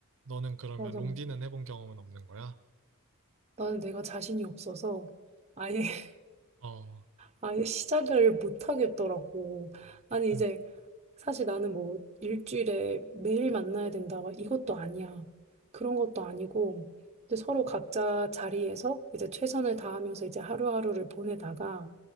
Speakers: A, on the right; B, on the right.
A: 너는 그러면
B: 맞아,
A: 롱디는
B: 맞아.
A: 해본 경험은 없는 거야?
B: 나는 내가 자신이 없어서 아예 <laughs>
A: 어,
B: 아예 시작을 못 하겠더라고.
A: 어,
B: 아니
A: 근,
B: 이제 사실 나는 뭐 일주일에 매일 만나야 된다 막 이것도 아니야. 그런 것도 아니고 이제 서로 각자 자리에서 이제 최선을 다하면서 이제 하루하루를 보내다가